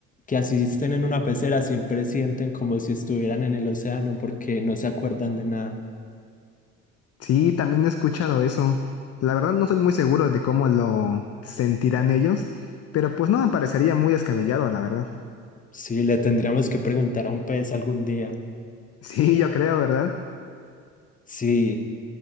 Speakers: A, on the left; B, on the left.
A: que así estén en una pecera siempre sienten como si estuvieran en el océano porque no se acuerdan de nada.
B: Sí, también he escuchado eso. La verdad no soy muy seguro de cómo lo sentirán ellos, pero pues no me parecería muy descabellado, la verdad. <laughs>
A: Sí, le tendríamos que preguntar a un pez algún día.
B: Sí, yo creo, ¿verdad?
A: Sí.